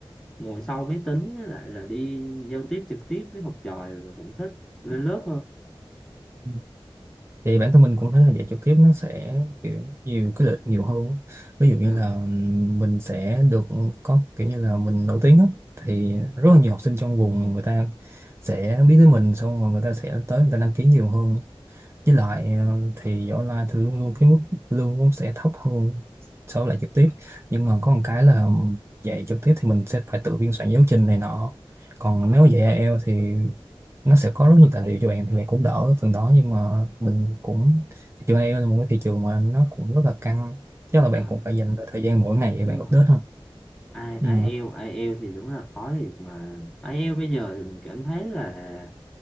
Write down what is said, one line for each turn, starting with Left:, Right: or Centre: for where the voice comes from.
Centre: ngồi sau máy tính với lại là đi giao tiếp trực tiếp với học trò thì mình vẫn thích lên lớp hơn
Right: không thì bản thân mình cũng thấy là dạy trực tiếp nó sẽ kiểu nhiều cái lợi nhiều hơn á. ví dụ như
Centre: ừ.
Right: là mình sẽ được có kiểu như là mình nổi tiếng á thì rất là nhiều học sinh trong vùng người ta sẽ biết tới mình xong rồi người ta sẽ tới người ta đăng ký nhiều hơn với lại ờ, thì dạy online thì luôn luôn cái mức lương cũng sẽ thấp hơn so với lại trực tiếp nhưng mà có một cái là dạy trực tiếp thì mình sẽ phải tự biên soạn giáo trình này nọ còn nếu mà dạy IELTS thì nó sẽ có rất nhiều tài liệu cho bạn thì bạn cũng đỡ phần đó nhưng mà mình cũng thị trường AI eo là một cái thị trường mà nó cũng rất là căng chắc là bạn
Centre: à,
Right: cũng phải dành thời gian mỗi ngày
Centre: đúng
Right: để bạn
Centre: rồi
Right: update ha
Centre: ai
Right: ừ
Centre: IELTS IELTS thì đúng là khó thiệt mà ai IELTS bây giờ thì mình cảm thấy là